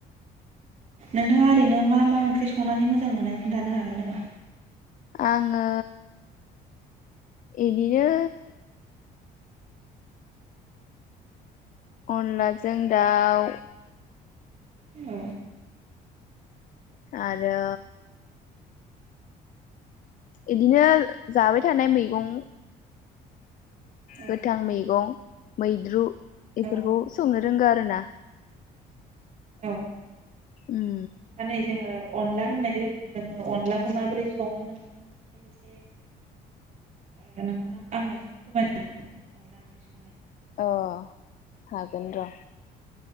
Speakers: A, on the right; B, on the left.
A: नोंथाङा ओरैनो मा मा ओंख्रि संनानै मोजां मोनो खोन्थानो हागोन नामा
B: आङो इदिनो अनलाजों दाउ
A: औ
B: आरो इदिनो जाबाय थानाय मैगं
A: औ
B: गोथां मैगं मैद्रु
A: औ
B: एफोरखौ संनो दोंगो आरोना
A: औ
B: उम
A: दा नै जोंङो अनला होननाय लोगो लोगोनो अनलाखौ माबोरै सङो नोंथांनिफ्राय एसे ओ नोंथाङा आंनो एसे फोरमायना हागोन नामा अनला ओंख्रि संनो
B: अ हागोन र'